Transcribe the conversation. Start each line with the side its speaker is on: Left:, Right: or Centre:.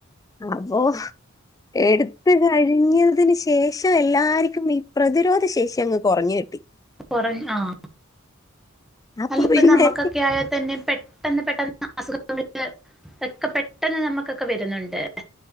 Left: അപ്പൊ എടുത്ത കഴിഞ്ഞതിന് ശേഷം എല്ലാർക്കും ഈ പ്രതിരോധ ശേഷി അങ്ങ് കുറഞ്ഞ് കിട്ടി.
Centre: കുറഞ്ഞ ആ
Left: അപ്പൊ
Centre: അല്ലപ്പ
Left: പിന്നെ
Centre: നമുക്കൊക്കെ ആയാൽ തന്നെ പെ പെട്ടെന്ന് പെട്ടെന്ന് അസുഖങ്ങളൊക്കെ പെട്ടെന്ന് നമ്മുക്കൊക്കെ വരുന്നുണ്ട്.